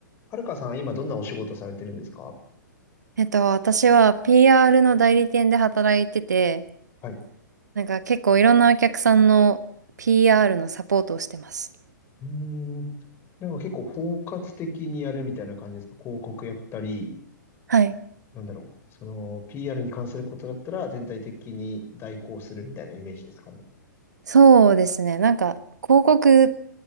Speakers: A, on the left (about 25°); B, on the right (about 65°).
A: はるかさん、今どんなお仕事されてるんですか
B: えっと、私は PR の代理店で働いてて、
A: はい。
B: なんか結構いろんなお客さんの PR のサポートをしてます。
A: うーん。なんか結構包括的にやるみたいな感じですか広告やったり、
B: はい。
A: なんだろう。その、PR に関することだったら全体的に代行するみたいなイメージですかね。
B: そうですね。なんか、広告